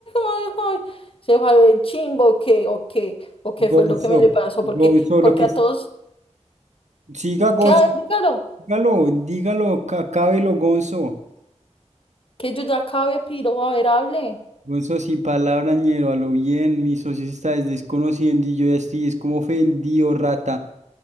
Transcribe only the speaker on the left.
ay, ay. Se fue a ver chimbo, ¿o qué? ¿O qué? ¿O qué
fue lo que me le pasó?
Porque porque
a todos,
¿qué? A ver, dígalo,
que yo ya acabé, piro, a ver, hable.